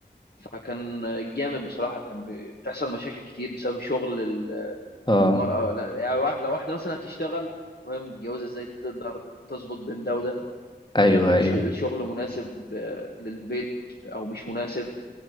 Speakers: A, on the left; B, on the left.
A: فكان جامد بصراحة كان بي- بتحصل مشاكل كتير بسبب شغل ال-
B: اه
A: المرأة لا يعني وا- لو واحدة مثلا هتشتغل وهي متجوزة ازاي تقدر تظبط بين ده وده وازاي
B: ايوه
A: يكون
B: ايوه
A: ش- الشغل مناسب آه، للبيت او مش مناسب